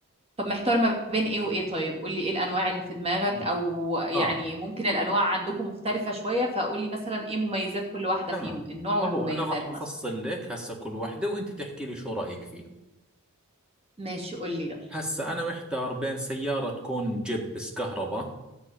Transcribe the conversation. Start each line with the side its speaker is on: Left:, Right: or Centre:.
Right: طب محتار ما بين ايه وايه طيب قولي ايه الأنواع اللي في دماغك
Centre: مش
Right: او يعني
Centre: اه
Right: ممكن الأنواع عندكم مختلفة شوية فقولي مثلا ايه مميزات كل واحدة
Centre: تمام
Right: فيهم النوع
Centre: ما
Right: والمميزات
Centre: هو انا راح افصل
Right: مثلا
Centre: لك هسه كل وحده وانت تحكي لي شو رايك فيهم
Right: ماشي قولي يلا
Centre: هسه انا محتار بين سياره تكون جيب بس كهرباء